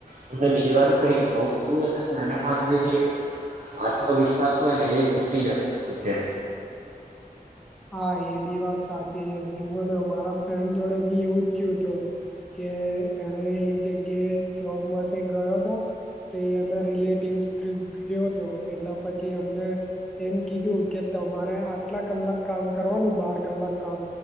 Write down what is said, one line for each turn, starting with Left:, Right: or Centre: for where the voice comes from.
Right: તમને બીજી વાર કઈક નવું કરવું હોય, ને એનામાં આપણે જે આત્મવિશ્વાસ હોય ને એ ઘટી જતો હોય છે.
Centre: હા એ બી વાત સાચી છે, જુઓ ને મારા ફ્રેન્ડ જોડે બી એવું જ થયું હતુ કે એણે એક જગ્યાએ જોબ માટે ગયો, હતો. તે એના રિલેટિવ ગયો હતો, એટલા પછી એમને એમ કીધું કે તમારે આટલા કલાક કામ કરવાનુ બાર કલાક કામ